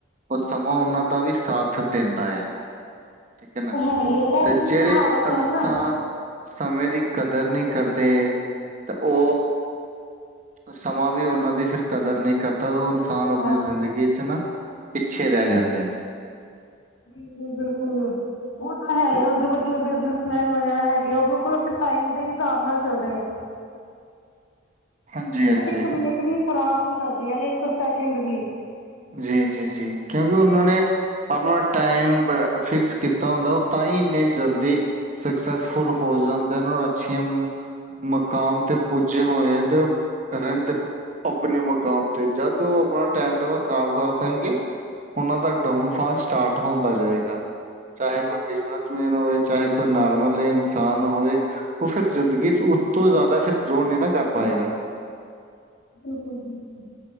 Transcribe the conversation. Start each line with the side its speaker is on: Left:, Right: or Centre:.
Right: ਔਰ ਸਮਾਂ ਓਨਾਂ ਦਾ ਵੀ ਸਾਥ ਦੇਂਦਾ ਏਯਾ। ਠੀਕ ਐ ਨਾ
Left: ਉਹ ਹੈ ਹੀ ਉਹ
Right: ਤੇ
Left: ਇੱਕ
Right: ਜੇੜੇ
Left: ਕਹਾਵਤ
Right: ਅਨਸਾਨ
Left: ਹੈ ਨਾ
Right: ਸਮੇਂ ਦੀ ਕਦਰ ਨੀ ਕਰਦੇ ਤ ਓ ਸਮਾਂ ਵੀ ਓਨਾਂ ਦੀ ਫਿਰ ਕਦਰ ਨੀ ਕਰਦਾ, ਓ ਇਨਸਾਨ ਆਪਨੀ
Left: ਹਾਂ
Right: ਜ਼ਿੰਦਗੀ 'ਚ ਨਾ ਪਿੱਛੇ ਰੈ ਜਾਂਦੇ ਨ।
Left: ਬਿਲਕੁਲ-ਬਿਲਕੁਲ, ਓ ਤਾਂ ਹੈ
Right: ਤੇ
Left: ਹੁਨ ਦੇਖੋਂ ਜਿਵੇਂ ਬਿਨਜਸ ਮੈਨ ਵਗੈਰਾ ਹੈਗੇ ਆ, ਓ ਬਿਲਕੁਲ ਆਪਨੇ ਟਾਈਮ ਦੇ ਹਿਸਾਬ ਨਾਲ ਚੱਲਦੇ ਆ।
Right: ਹਾਂਜੀ ਹਾਂਜੀ
Left: ਤੇ ਇੱਕ ਮਿਨਟ ਵੀ ਖ਼ਰਾਬ ਨੀ ਕਰਦੇ ਆ, ਏੱਕ ਓ ਸੈਕਿੰਡ ਵੀ।
Right: ਜੀ-ਜੀ-ਜੀ, ਕਿਓਂਕਿ ਓਨਾਂ ਨੇ ਆਪਨਾ ਟਾਈਮ ਬ ਫਿਕਸ ਕੀਤਾ ਹੁੰਦੈ, ਓ ਤਾਂਈ ਇੰਨੇ ਜ਼ਲਦੀ ਸਕਸੈਸਫੁਲ ਹੋ ਜ਼ਾਂਦੇ ਨਾ ਓ ਅੱਛੀ ਮ ਮਕਾਮ ਤੇ ਪੁੱਜੇ ਹੋਏਂ ਤੇ ਰੈਨ ਦੇ ਅ ਆਪਨੀ ਮਕਾਮ ਤੇ। ਜਦ ਓ ਆਪਨਾ ਟੈਮ ਟੇਬਲ ਖ਼ਰਾਬ ਕਰ ਦੇਨਗੇ ਓਨਾਂ ਦਾ ਡਾਊਨਫਾਲ ਸਟਾਰਟ ਹੁੰਦਾ ਜਾਏਗਾ। ਚਾਹੇ ਕੋਈ ਬਿਜਨਸਮੈਨ ਹੋਵੇ, ਚਾਹੇ ਕੋਈ ਨੋਰਮਲ ਇਨਸਾਨ ਹੋਏ ਓ ਫਿਰ ਜ਼ਿੰਦਗੀ 'ਚ ਉਤੋਂ ਜ਼ਿਆਦਾ ਫਿਰ ਗਰੋ ਨੀ ਨਾ ਕਰ ਪਾਏਗਾ।
Left: ਬਿਲਕੁਲ-ਬਿਲਕੁਲ।